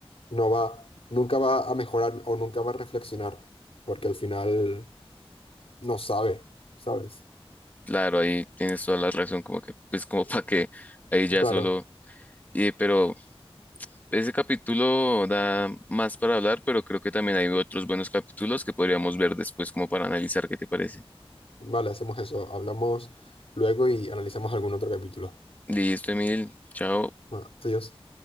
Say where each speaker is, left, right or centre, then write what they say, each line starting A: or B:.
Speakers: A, on the left; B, on the left.
A: no va, nunca va a mejorar o nunca va a reflexionar, porque al final no sabe, ¿sabes?
B: Claro, ahí tienes toda la razón, como que, pues como <laughs> para que ahí ya
A: Claro,
B: solo... Y, pero ese capítulo da más para hablar, pero creo que también hay otros buenos capítulos que podríamos ver después como para analizar qué te parece.
A: vale, hacemos eso, hablamos luego y analizamos algún otro capítulo.
B: Listo, Emil, chao.
A: Bueno, adiós.